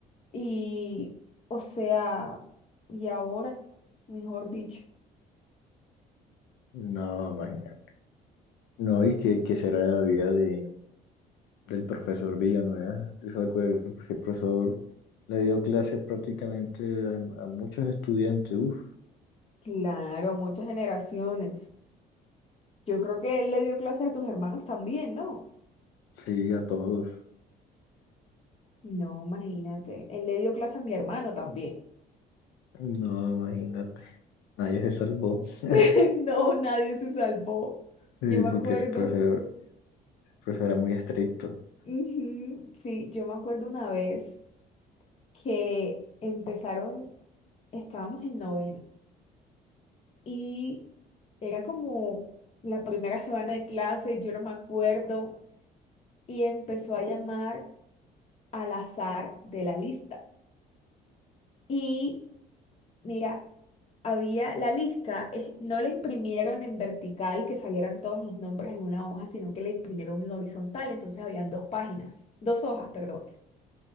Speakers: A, on the left; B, on the left.
A: y, o sea, y ahora, mejor dicho,
B: no, imagínate. No, y qué, qué será de la vida de, del profesor Villanueva. Eso ese profesor le dio clases prácticamente a, a muchos estudiantes, uff,
A: claro, muchas generaciones. Yo creo que él le dio clases a tus hermanos también, ¿no?
B: sí, a todos.
A: No, imagínate. Él le dio clases a mi hermano también.
B: No, imagínate, nadie se salvó. <laughs>
A: <laughs> No, nadie se salvó. Yo
B: Sí,
A: me acuerdo.
B: porque ese profesor, el profesor era muy estricto.
A: ujú, Sí, yo me acuerdo una vez que empezaron, estábamos en novena y era como la primera semana de clase, yo no me acuerdo, y empezó a llamar al azar de la lista. Y mira, había la lista, es- no la imprimieron en vertical que salieran todos los nombres en una hoja, sino que la imprimieron en horizontal, entonces habían dos páginas, dos hojas, perdón.